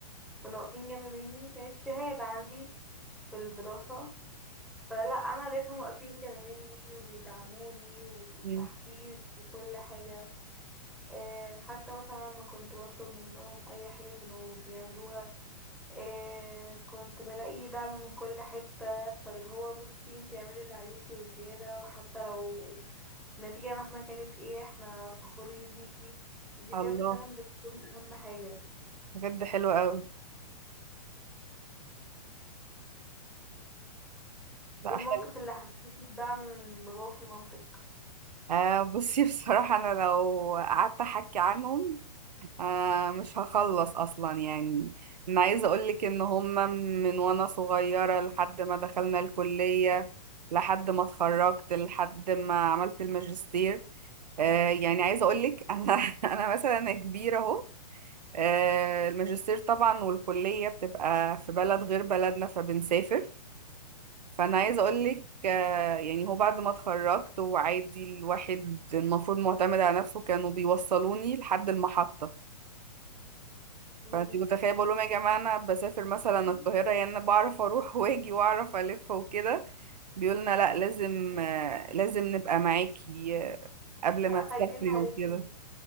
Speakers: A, in the centre; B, on the right (about 80°).
A: كانوا واقفين جنب مني كانت شهاده عندي في الدراسه فلا انا لقيتهم واقفين جنب مني وبيدعموني وتحفيز
B: مم.
A: وكل حاجه آه، حتى مثلا لما كنت بطلب منهم اي حاجه كانوا بيعملوها إيه كنت بلاقي دعم من كل حتة فاللي هو بصي انتي اعملي اللي عليكي وزيادة وحتى لو النتيجة مهما كانت ايه احنا فخورين بيكي دي بجد
B: الله
A: فعلا بتكون اهم حاجة
B: بجد حلو قوي لا
A: ايه الموقف
B: حلو
A: اللي حسيتي بدعم من باباكي ومامتك
B: آه، بصي <laughs> بصراحة انا لو قعدت احكي عنهم آه مش هخلص اصلا يعني انا عايزه اقولك ان هما من وانا صغيره لحد ما دخلنا الكليه لحد ما اتخرجت لحد ما عملت الماجستير آه يعني عايزه اقولك <laughs> انا انا مثلا أنا كبيره اهو آه الماجستير طبعا والكليه بتبقى في بلد غير بلدنا فبنسافر فانا عايزه اقولك آه يعني هو بعد ما اتخرجت وعادي الواحد المفروض معتمد على نفسه كانوا بيوصلوني لحد المحطه
A: مم.
B: فانت متخيله بقول لهم يا جماعه انا بسافر مثلا
A: <laughs>
B: القاهره يعني انا بعرف اروح واجي واعرف الف وكده بيقولنا لا لازم آه، لازم نبقى معاكي آه، قبل
A: لا
B: ما تسافري
A: خايفين عليكي
B: وكده